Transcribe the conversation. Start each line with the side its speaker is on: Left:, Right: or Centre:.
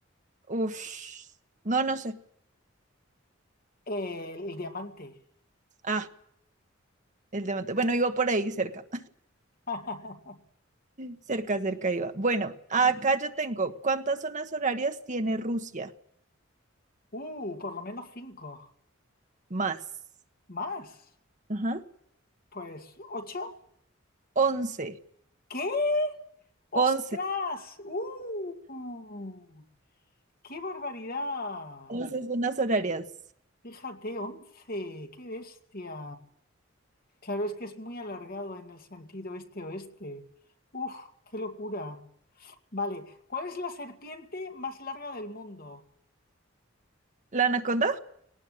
Right: Uf. No, no sé.
Left: el el diamante.
Right: Ah, el diamante. Bueno, iba por ahí cerca.
Left: <laughs>
Right: Cerca, cerca iba. Bueno, acá yo tengo, ¿cuántas zonas horarias tiene Rusia?
Left: Uh, por lo menos cinco.
Right: Más.
Left: ¿Más?
Right: Ajá.
Left: Pues ocho.
Right: once
Left: ¿Qué? ¡Ostras!
Right: 11.
Left: ¡Uh! ¡Qué barbaridad!
Right: 11 zonas horarias.
Left: Fíjate, once. ¡Qué bestia! Claro, es que es muy alargado en el sentido este-oeste. Uf, qué locura. Vale, ¿cuál es la serpiente más larga del mundo?
Right: ¿La anaconda?